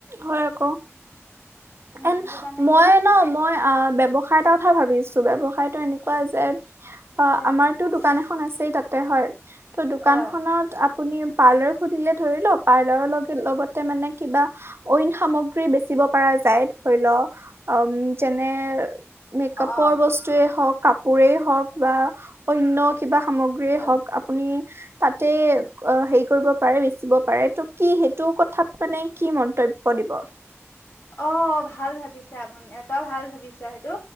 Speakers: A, on the right (about 55°); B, on the left (about 60°).
A: হয় আকৌ।
B: উম
A: এন
B: সেইটো কাৰণে
A: মই
B: মানে
A: ন মই। ব্যৱসায় এটা কথা ভাবিছো ব্যৱসায়তো এনেকুৱা যে অ'
B: এ
A: আমাৰতটো দোকান এখন। খন আছেই তাতে হয়। ত' দোকান
B: অ
A: খনত। আপুনি পাৰ্লাৰ খুুলিলে ধৰি লও পাৰ্লাৰৰ লগ লগতে মানে কিবা। অইন সামগ্ৰী বেচিব পৰা যায় ধৰি লও উম যেনে মেকআপৰ
B: অ
A: বস্তুৱয়ে হওক। কাপোৰেই হওক বা অন্য কিবা সামগ্ৰীয়ে হওক
B: অ
A: আপুনি। তাতে অ' হেৰি কৰিব পাৰে বেচিব পাৰে ত' কি সেইটো কথাত মানে কি মন্তব্য। দিব?
B: অ 'ভাল ভাবিছ আপুনি তই ভাল ভাবিছ সেইটো